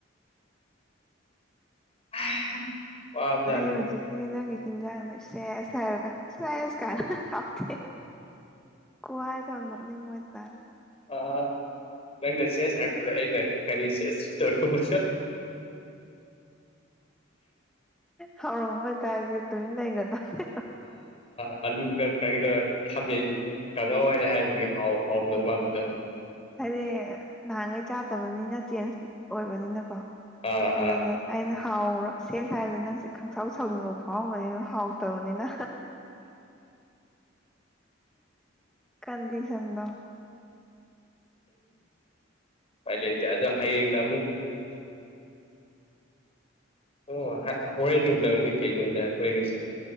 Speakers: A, on the left (about 30°); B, in the centre.
A: <inaudible> ꯋꯥꯕꯖꯥꯠꯅꯤ
B: ꯑꯩ ꯍꯧꯖꯤꯛꯀꯤ ꯅꯪꯒꯤ ꯈꯈꯤꯤꯟꯖꯥꯡꯗ ꯁꯦꯁ ꯍꯥꯏꯔꯒ ꯁꯦꯁ ꯀꯅꯥꯎꯇꯦ ꯀꯋꯥꯥꯏꯗ ꯅꯣꯛꯅꯤ ꯃꯣꯏ ꯇꯥꯏ
A: ꯑ ꯅꯪꯅ ꯆꯦꯁ ꯍꯥꯏꯔꯛꯄꯗ ꯑꯩꯅ ꯀꯔꯤ ꯆꯦꯁ ꯇꯔꯣ ꯄꯨꯣ
B: ꯍꯧꯥꯎꯔꯛꯣꯏꯇꯥꯔꯗꯤꯦ ꯇꯨꯃꯤꯟ ꯂꯩꯈ꯭ꯔꯗꯕ
A: ꯑꯥꯂꯨꯗ ꯀꯩꯒꯤꯅꯣ ꯈꯥꯃꯦꯟ ꯀꯥꯡꯍꯧꯋꯥꯏꯔ ꯍꯥꯏꯕꯒꯤꯥꯎ ꯍꯥꯎꯔꯝꯗꯧ ꯃꯥꯟꯕꯗꯣ
B: ꯍꯥꯏꯗꯤ ꯅꯍꯥꯟꯈꯩ ꯆꯥꯗꯕꯅꯤꯅ ꯆꯦꯟꯖ ꯑꯣꯏꯕꯅꯤꯅꯀꯣ
A: ꯑꯥ
B: ꯑꯗꯨꯗ
A: ꯑꯥ
B: ꯑꯩꯅ ꯍꯥꯎꯔ ꯁꯦꯁ ꯍꯥꯏꯕꯗꯤ ꯅꯪꯁꯦ ꯈꯪꯁꯥꯎ ꯁꯥꯎꯅꯤꯡꯕ ꯐꯥꯎꯔꯝꯝꯕꯅꯤꯅ ꯍꯥꯎ ꯇꯅꯤꯅ ꯀꯟꯗꯤꯁꯟꯗ
A: ꯑ ꯂꯩ ꯑꯗ ꯍꯥꯏꯌꯦꯅ ꯑꯃꯨꯛ ꯑꯣ ꯍꯣꯔꯦꯟ ꯅꯨꯡꯗꯥꯡꯗꯤ ꯀꯩꯅꯣꯅꯦ ꯑꯩꯈꯣꯏꯒꯤꯁꯦ